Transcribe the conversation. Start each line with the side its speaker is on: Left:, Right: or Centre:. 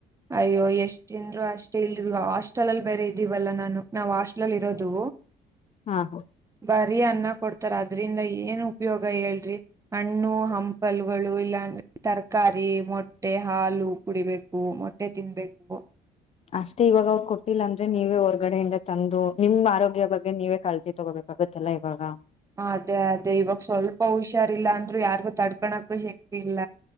Right: ಅಯ್ಯೋ ಎಷ್ಟ ದಿಂದ್ರು ಅಷ್ಟೇ ಇಲ್ ಈಗ ಹಾಸ್ಟೆಲ್ ಅಲ್ಲಿ ಬೇರೆ ಇದ್ದೀವಲ್ಲ ನಾನು ನಾವ್ ಹಾಸ್ಟೆಲ್ಲ್ ಇರೋದು
Left: ಹಾ ಹಾ
Right: ಬಾರಿ ಅನ್ನ ಕೊಡ್ತಾರ ಅದ್ರಿಂದ ಏನ್ ಉಪಯೋಗ ಹೇಳ್ರಿ ಹಣ್ಣು ಹಂಪಲ್ಗಳು ಇಲ್ಲಾ ತರಕಾರಿ ಮೊಟ್ಟೆ ಹಾಲು ಕುಡಿಬೇಕು ಮೊಟ್ಟೆ ತಿನ್ಬೇಕು
Left: ಅಷ್ಟೇ ಇವಾಗ ಅವ್ರರು ಕೊಟ್ಟಿಲ್ಲ ಅಂದ್ರೆ ನೀವೇ ಹೊರ್ಗಡೆಯಿಂದ ತಂದು ನಿಮ್ ಆರೋಗ್ಯ ಬಗ್ಗೆ ನೀವೇ ಕಳಜಿ ತೊಗೋಬೇಕ ಆಗತ್ತಲ್ಲಾ ಇವಾಗ
Right: ಅದೇ ಅದೇ ಇವಾಗ ಸ್ವಲ್ಪ ಹುಷಾರಿಲ್ಲ ಅಂದ್ರು ಯಾರಿಗು ತಡ್ಕೋಕು ಇಲ್ಲ